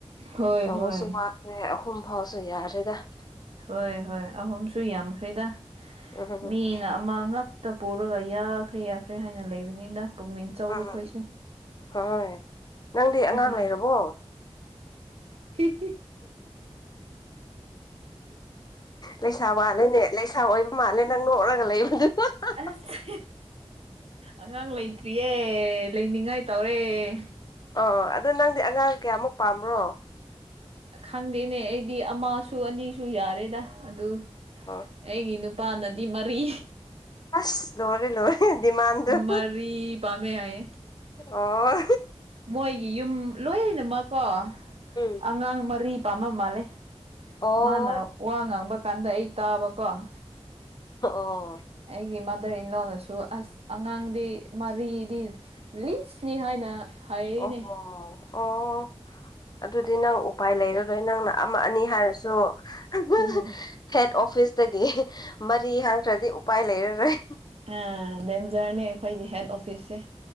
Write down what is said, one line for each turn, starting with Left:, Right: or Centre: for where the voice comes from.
Right: ꯍꯣꯏ
Left: ꯇꯧꯕꯁꯨ
Right: ꯍꯣꯏ
Left: ꯃꯥ ꯑꯦ ꯑꯍꯨꯝ ꯐꯥꯎꯁꯨ ꯌꯥꯔꯦꯗ ꯫
Right: ꯍꯣꯏ ꯍꯣꯏ ꯑꯍꯨꯝꯁꯨ ꯌꯥꯝꯈ꯭ꯔꯦꯗ
Left: ꯎꯝ ꯎꯝ
Right: ꯃꯤꯅ ꯑꯃ ꯉꯛ ꯇ ꯄꯨꯔꯒ ꯌꯥꯈ꯭ꯔꯦ ꯌꯥꯈ꯭ꯔꯦ ꯍꯥꯏꯅ ꯂꯩꯕꯅꯤꯗ ꯫ ꯄꯨꯛꯅꯤꯡ ꯆꯥꯎꯕ
Left: ꯎꯝ
Right: ꯈꯣꯏꯁꯦ
Left: ꯍꯣꯏ ꯅꯪꯗꯤ ꯑꯉꯥꯡ
Right: ꯑꯩꯈꯣꯏꯅ
Left: ꯂꯩꯔꯕꯣ
Right: <unintelligible>
Left: ꯂꯩꯁꯥ ꯋꯥꯠꯂꯦꯅꯦ ꯂꯩꯁꯥ ꯑꯣꯏꯕ ꯃꯥꯜꯂꯦ ꯅꯪ ꯅꯣꯛꯂꯒ ꯂꯩꯕꯗꯨ ꯫
Right: ꯑꯁ ꯑꯉꯥꯡ ꯂꯩꯇ꯭ꯔꯤꯌꯦ ꯂꯩꯅꯤꯡꯉꯥꯏ ꯇꯧꯔꯦ ꯫
Left: ꯑꯣ ꯑꯗꯨ ꯅꯪꯗꯤ ꯑꯉꯥꯡ ꯀꯌꯥꯃꯨꯛ ꯄꯥꯝꯕ꯭ꯔꯣ?
Right: ꯈꯪꯗꯦꯅꯦ ꯑꯩꯗꯤ ꯑꯃꯁꯨ ꯑꯅꯤꯁꯨ ꯌꯥꯔꯦꯗ ꯑꯗꯨ
Left: ꯑ‌ꯣ
Right: ꯑꯩꯒꯤ ꯅꯨꯄꯥꯅꯗꯤ ꯃꯔꯤ
Left: ꯑꯁ ꯂꯣꯏꯔꯦ ꯂꯣꯏꯔꯦ ꯗꯤꯃꯥꯟꯗꯨ ꯫
Right: ꯃꯔꯤ ꯄꯥꯝꯃꯦ ꯍꯥꯏꯌꯦ
Left: ꯑꯣ
Right: ꯃꯣꯏꯒꯤ ꯌꯨꯝ ꯂꯣꯏꯅꯃꯛꯀꯣ
Left: ꯎꯝ
Right: ꯑꯉꯥꯡ ꯃꯔꯤ ꯄꯥꯝꯃꯕ ꯃꯥꯜꯂꯦ ꯫
Left: ꯑꯣ
Right: ꯃꯥꯅ ꯋꯥ ꯉꯥꯡꯕ ꯀꯥꯟꯗ ꯑꯩ ꯇꯥꯕꯀꯣ ꯫
Left: ꯑꯣ
Right: ꯑꯩꯒꯤ ꯃꯥꯗꯔ ꯏꯟ ꯂꯣꯅꯁꯨ ꯑꯁ ꯑꯉꯥꯡꯗꯤ ꯃꯔꯤꯗꯤ ꯂꯤꯁꯅꯤ ꯍꯥꯏꯅ ꯍꯥꯏꯔꯤꯅꯦ
Left: ꯑꯣꯍꯣ ꯑꯣ ꯑꯗꯨꯗꯤ ꯅꯪ ꯎꯄꯥꯏ ꯂꯩꯔꯔꯣꯏ ꯅꯪꯅ ꯑꯃ ꯑꯅꯤ ꯍꯥꯏꯔꯁꯨ ꯑꯃ
Right: ꯎꯝ
Left: ꯍꯦꯠ ꯑꯣꯐꯤꯁꯇꯒꯤ ꯃꯔꯤ ꯍꯪꯈ꯭ꯔꯗꯤ ꯎꯄꯥꯏ ꯂꯩꯔꯔꯣꯏ ꯫
Right: ꯑꯥ ꯗꯦꯟꯖꯔꯅꯦ ꯑꯩꯈꯣꯏꯒꯤ ꯍꯦꯠ ꯑꯣꯐꯤꯁꯁꯦ